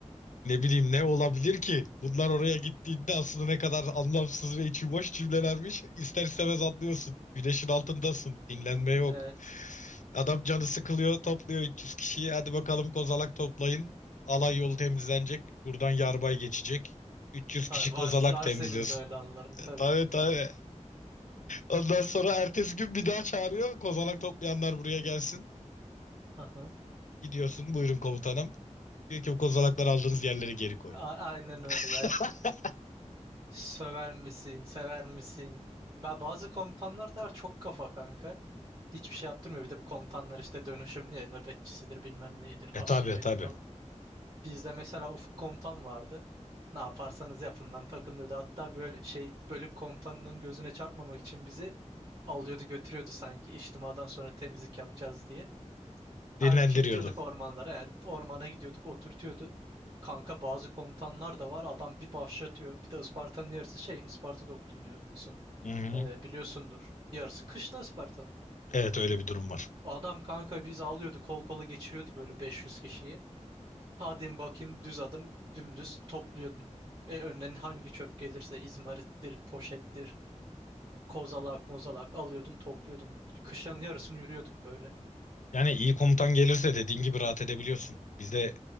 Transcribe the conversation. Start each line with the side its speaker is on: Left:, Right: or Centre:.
Left: Ne bileyim ne olabilir ki? Bunlar oraya gittiğinde aslında ne kadar anlamsız ve içi boş cümlelermiş. İster istemez anlıyorsun. Güneşin altındasın. Dinlenme yok.
Right: Evet.
Left: Adam canı sıkılıyor, topluyor 300 kişiyi. Hadi bakalım kozalak toplayın. Alay yolu temizlenecek. Buradan yarbay geçecek. 300
Right: Tabii
Left: kişi
Right: var,
Left: kozalak
Right: var
Left: temizliyorsun.
Right: senin de öyle anların
Left: <laughs>
Right: tabii
Left: Tabii
Right: tabii.
Left: tabii. Ondan sonra ertesi gün bir daha çağırıyor. Kozalak toplayanlar buraya gelsin.
Right: Aha.
Left: Gidiyorsun. Buyurun komutanım. Diyor ki bu kozalakları aldığınız yerlere geri koyun.
Right: A- aynen öyle. Yani
Left: <laughs>
Right: Söver misin? Sever misin? Ben bazı komutanlar da var çok kafa kanka. Hiçbir şey yaptırmıyor. Bir de bu komutanlar işte dönüşümlü ya, nöbetçisidir bilmem neydir
Left: E
Right: astsubaydır
Left: tabii tabii.
Right: falan. Bizde mesela Ufuk komutan vardı. Ne yaparsanız yapın lan takım dedi. Hatta böyle şey bölük komutanının gözüne çarpmamak için bizi alıyordu götürüyordu sanki içtimadan sonra temizlik yapacağız diye.
Left: Dinlendiriyordu.
Right: Halbuki gidiyorduk ormanlara. he. ormana gidiyorduk oturtuyordu. Kanka bazı komutanlar da var. Adam bir başlatıyor. Bir de Isparta'nın yarısı şey Isparta'da okudum diyorsun.
Left: Hı hı.
Right: Ee, biliyorsundur. Yarısı kışla Isparta'nın.
Left: Evet öyle bir durum var.
Right: Adam kanka biz alıyordu kol kola geçiriyordu böyle 500 kişiyi. Hadi bakayım düz adım dümdüz topluyordun. E, önüne hangi çöp gelirse izmarittir, poşettir, kozalak, mozalak alıyordun topluyordun. Kışın yarısını yürüyorduk böyle.
Left: Yani iyi komutan gelirse dediğin gibi rahat edebiliyorsun. Bize